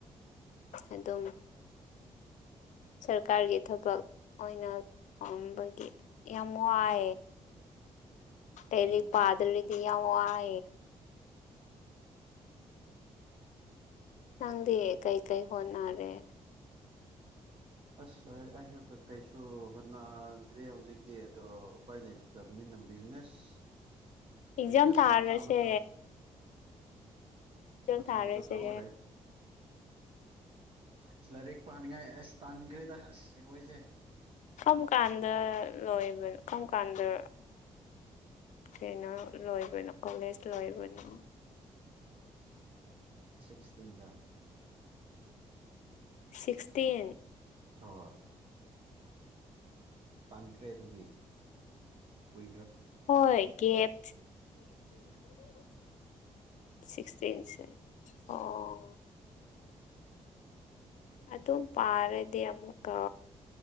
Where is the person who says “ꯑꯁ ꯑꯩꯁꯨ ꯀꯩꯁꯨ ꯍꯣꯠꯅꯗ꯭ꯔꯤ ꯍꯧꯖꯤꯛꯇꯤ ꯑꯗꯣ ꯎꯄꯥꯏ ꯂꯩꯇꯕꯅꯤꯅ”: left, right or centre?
Right